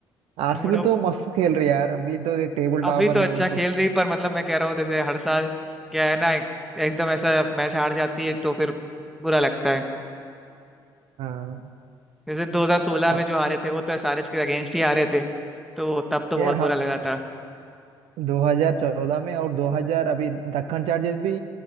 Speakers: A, on the right (about 65°); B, in the centre.
A: आरसीबी
B: Mood off
A: तो मस्त खेल रही है यार अभी तो एक टेबल
B: अभी
A: टॉपर
B: तो
A: है
B: अच्छा
A: वो
B: खेल
A: तो
B: रही पर मतलब मैं कह रहा हूँ जैसे हर साल क्या है ना एक- एकदम ऐसा मैच हार जाती है तो फिर बुरा लगता है
A: हाँ
B: जैसे 2016 में
A: अ-
B: जो हारे थे वो तो एसआरएच के अगेंस्ट ही हारे थे तो तब तो
A: यार
B: बहुत बुरा लगा था
A: 2014 में और 2000 अभी दक्कन चार्जर्स भी